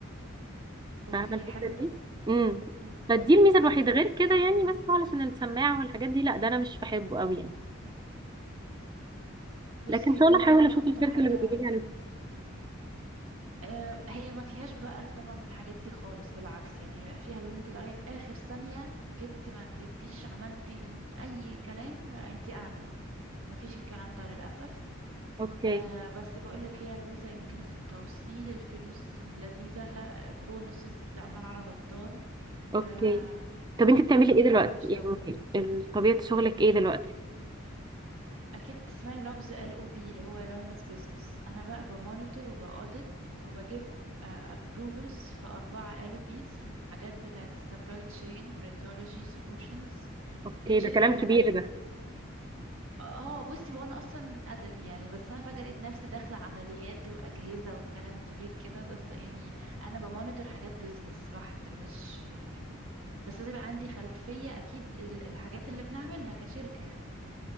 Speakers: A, on the right; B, on the right.
A: اوكي
B: فاهمه الحته
A: حلو ده
B: دي امم
A: مم.
B: فدي الميزه الوحيده غير كده يعني بس هو علشان السماعه والحاجات دي لا ده انا مش بحبه قوي يعني
A: بصي
B: لكن
A: هي
B: ان شاء
A: دي
B: الله
A: غالبا
B: احاول اشوف
A: اكتر
B: الشركه
A: حاجة
B: اللي بتقولي لي عليها
A: آه هي ما فيهاش بقى طبعا الحاجات دي خالص بالعكس يعني هيبقى فيها اللي انت لغاية اخر ثانية جبتي ما جبتيش عملتي اي كلام انت قاعدة ما فيش الكلام ده للأسف
B: اوكي
A: آه بس بقولك هي الميزة يمكن التوصيل الفلوس لذيذة بونسز عمال على بطال
B: اوكي
A: آه
B: طب انت بتعملي
A: تريبل
B: ايه
A: بقى
B: دلوقتي
A: مش
B: يعني
A: دبل
B: ال- طبيعه شغلك ايه دلوقتي
A: اكيد تسمعي لفظ ال او بي اللي هو لاين اوف بيزنس انا بقى بمونيتور وبأودت وبجيب ابروفلز في اربعه ال او بيز حاجات بتاعه سبلاي تشين وراديولوجي سولوشنز
B: اوكي
A: هي شركه
B: ده كلام
A: كندي
B: كبير ده
A: اه بصي هو انا اصلا ادبي يعني بس انا فجاه لقيت نفسي داخله عمليات واجهزه وكلام كبير كده بس يعني انا بمونيتور حاجات بيزنس بحت مش يعني بس لازم يبقى عندي خلفيه اكيد ال- الحاجات اللي بنعملها كشركه يعني